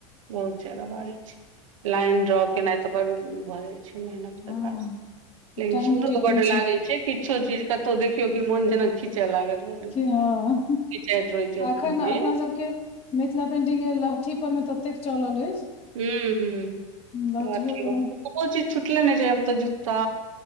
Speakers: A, on the right; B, on the left.
A: बहुत ज्यादा बारी छै लाइन ड्र केनाइ तऽ बड़ भ जाइ छै मेहनत
B: हँ
A: के काज लेकिन
B: टाइम
A: सुन्दरो
B: टेकिंग
A: बड़ लागैत छै किछ। किछो चीज कतहु देखियौ कि मुन जेना जेना लागत मुन रहै
B: कि
A: छय
B: हँ
A: कि जाति रहते
B: एखन
A: बुढ
B: अपना
A: मे
B: सबके मिथिला पेंटिग लहठी पर मे ततेक चल अछि
A: हूँ
B: लहठियो पर
A: हूँ कोनो
B: मे
A: चीज छुटल नहि छै तऽ जूता